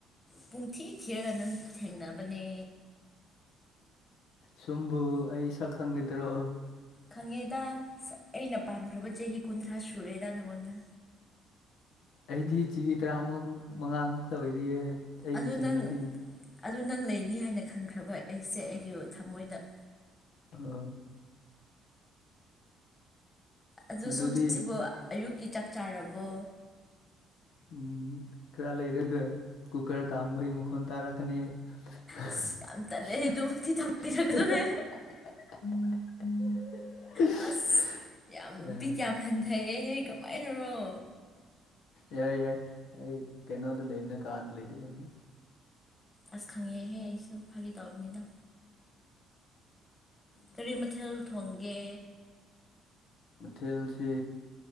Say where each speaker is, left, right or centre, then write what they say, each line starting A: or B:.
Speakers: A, on the left (about 25°); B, on the left (about 80°).
A: ꯄꯨꯡꯊꯤ ꯊꯤꯔꯒ ꯅꯪ ꯊꯦꯡꯅꯕꯅꯦ
B: ꯁꯨꯝꯕꯨ ꯑꯩ ꯁꯛ ꯈꯪꯒꯗ꯭ꯔꯣ
A: ꯈꯪꯉꯦꯗ ꯑꯩꯅ ꯄꯥꯟꯈ꯭ꯔꯕ ꯆꯍꯤ ꯀꯨꯟꯊ꯭ꯔꯥ ꯁꯨꯔꯦꯗ ꯅꯪꯉꯣꯟꯗ
B: ꯑꯩꯗꯤ ꯆꯤ ꯇꯔꯥꯃꯉꯥ ꯃꯉꯥ ꯉꯛꯇ ꯑꯣꯏꯔꯤꯌꯦ ꯑꯩꯒꯤ
A: ꯑꯗꯨ
B: ꯆꯍꯤꯗꯤ
A: ꯅꯪ ꯑꯗꯨ ꯅꯪ ꯂꯩꯅꯤ ꯍꯥꯏꯅ ꯈꯟꯈ꯭ꯔꯥꯕ ꯑꯩꯁꯦ ꯑꯩꯒꯤ ꯊꯃꯣꯏꯗ
B: ꯑꯥ
A: ꯑꯗꯣ
B: ꯃꯗꯨꯗꯤ
A: ꯁꯣꯝ ꯁꯤꯕꯣ ꯑꯌꯨꯛꯀꯤ ꯆꯥꯛ ꯆꯥꯔꯕꯣ
B: ꯎꯝ ꯈꯔ ꯂꯩꯔꯒ ꯀꯨꯀꯔ ꯀꯥꯝꯕꯒꯤ ꯃꯈꯣꯟ ꯇꯥꯔꯛ <unintelligible>
A: ꯑꯁ ꯌꯥꯝ ꯇꯜꯂꯦ ꯑꯗꯨꯃꯛꯇꯤ ꯊꯝꯕꯤꯔꯛꯀꯗꯕꯦ ꯑꯁ ꯌꯥꯝ ꯕꯤꯠ ꯌꯥꯝ
B: <unintelligible>
A: ꯍꯟꯊꯩꯑꯦꯍꯦ ꯀꯃꯥꯏꯅꯔꯣ
B: ꯌꯥꯏ ꯌꯥꯏ ꯑꯩ ꯀꯩꯅꯣꯗ ꯂꯩꯕꯅꯦ ꯀꯥꯗ ꯂꯩꯗꯤ ꯂꯩꯕꯅꯦ
A: ꯑꯁ ꯈꯪꯉꯦꯍꯦ ꯑꯩꯁꯨ ꯐꯥꯒꯤ ꯇꯧꯕꯅꯤꯗ ꯀꯔꯤ ꯃꯊꯦꯜ ꯊꯣꯡꯒꯦ
B: ꯃꯊꯦꯜꯁꯤ